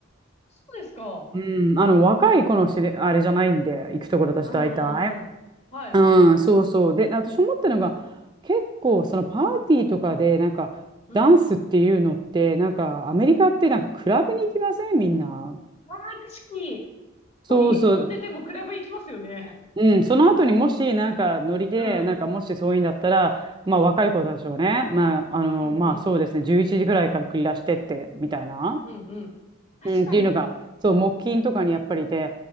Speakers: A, on the left (about 35°); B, on the right (about 20°).
A: そうですか。
B: うん、あの、若い子のしれ、あれじゃないんで、行くところ私大体。
A: うんうんうん。はい。
B: うん、そうそう。で、私思ったのが、結構、そのパーティーとかで、なんか、
A: うん。
B: ダンスっていうのって、なんか、アメリカってなんか、
A: うん。
B: クラブに行きませんみんな。
A: ああ、確かに。
B: そうそう。
A: こう、家飲んでてもクラブ行きますよね。
B: うん、その後にもし、なんか、ノリで、
A: うん。
B: なんか、もしそういうんだったら、まあ、若い子たちはね、まあ、あの、
A: うん、
B: まあ、
A: うん。
B: そうですね、11時ぐらいから繰り出してって、みたいな。
A: うん、うん。確かに。
B: うん、っていうのが、そう、木琴とかにやっぱりで、